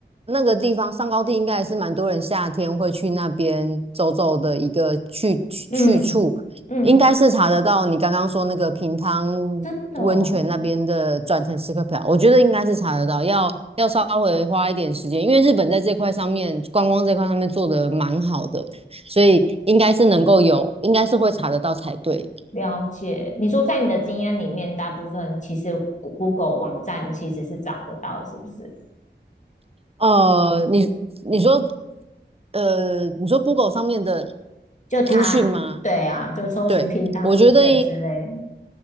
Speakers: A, on the right; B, on the left.
A: 那个地方上高地应该还是蛮多人夏天会去那边走走的一个去去去处，
B: 嗯嗯，
A: 应该是查得到你刚刚说那个平汤
B: 真的哦，
A: 温泉那边的转乘时刻表，我觉得应该是查得到，要要稍微花一点时间，因为日本在这块上面观光这块上面做的蛮好的，所以应该是能够有，应该是会查得到才对。
B: 了解。你说在你的经验里面，大部分其实 Goo- g l e 网站其实是找得到的，是不是？
A: 呃，你你说，呃，你说 Google 上面的
B: 就它，
A: 资讯吗？
B: 对啊，就搜寻平汤温泉之类的
A: 对，我觉得